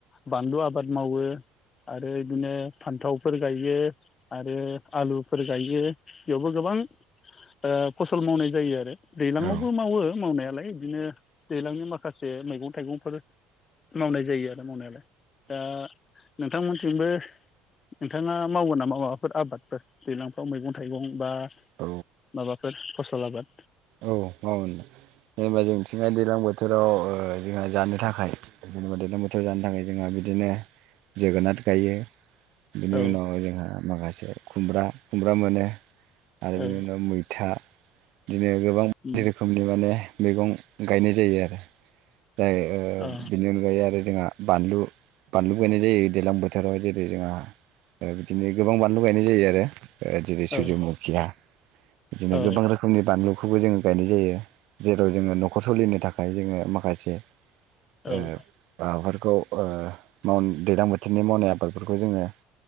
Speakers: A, on the left (about 25°); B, on the right (about 70°).
A: बानलु आबाद मावो आरो बिदिनो फान्थावफोर गायो आरो आलुफोर गायो बेयावबो गोबां ओ फसल मावनाय जायो आरो दैज्लांआवबो
B: औ
A: मावो मावनायालाय इदिनो दैज्लांनि माखासे मैगं थाइगंफोर मावनाय जायो आरो मावनायालाय दा नोंथांमोनथिंबो नोंथाङा मावो नामा माबाफोर आबादफोर दैलांफ्राव मैगं थाइगं बा
B: औ
A: माबाफोर फसल आबाद।
B: औ मावो जेनेबा जोंथिहाय दैलां बोथोराव ओ जोंहा जानो थाखाय जेनेबा दैज्लां बोथोराव जानो थाखाय जोंहा बिदिनो जोगोनाथ गायो बिनि
A: औ
B: उनाव जोंहा माखासे खुमब्रा खुमब्रा मोनो आरो
A: औ
B: बिनि उनाव मैथा दिनो गोबां बायदि
A: उम
B: रोखोमनि माने मैगं गायनाय जायो आरो। जाय ओ
A: अ
B: बिनि अनगायै आरो जोंहा बानलु बानलुुबो गायनाय जायो दैज्लां बोथोराव जेरै जोंहा थाखाय बिदिनो गोबां बानलु गायनाय जायो आरो। ओ जेरै सुजुमुखिया
A: औ
B: बिदिनो
A: औ
B: गोबां रोखोमनि बानलुखौबो जोङो गायनाय जायो। जेराव जोङो न'खर सलिनो थाख खाय जोङो माखासे
A: औ
B: ओ माबाफोरखौ ओ मावन दैलां बोथोरनि मावनाय आबाद फोरखौ जोङो